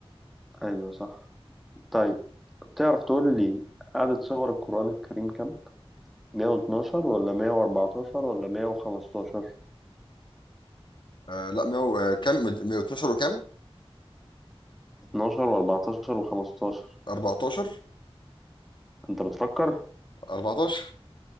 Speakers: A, in the centre; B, on the left.
A: أيوه صح طيب تعرف تقول لي عدد سور القرآن الكريم كام؟ 112 ولا 114 ولا 115
B: آه لا ميو آه كام 112 وكام
A: 12 و14 و15
B: 14
A: أنت بتفكر؟
B: 14